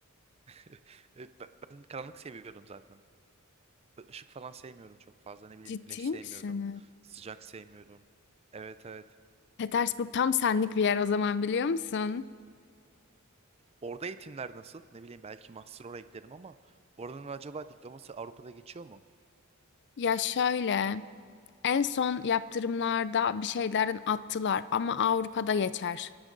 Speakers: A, on the right; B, on the left.
A: <laughs> Evet, ben ben karanlık seviyorum zaten. Ben ışık falan sevmiyorum çok fazla. Ne bileyim
B: Ciddi
A: güneş sevmiyorum.
B: misin?
A: Sıcak sevmiyorum. Evet evet.
B: Petersburg tam senlik bir yer o zaman biliyor musun?
A: Orada eğitimler nasıl? Ne bileyim belki master oraya giderim ama oranın acaba diploması Avrupa'da geçiyor mu?
B: Ya şöyle. En son yaptırımlarda bir şeylerin attılar ama Avrupa'da geçer.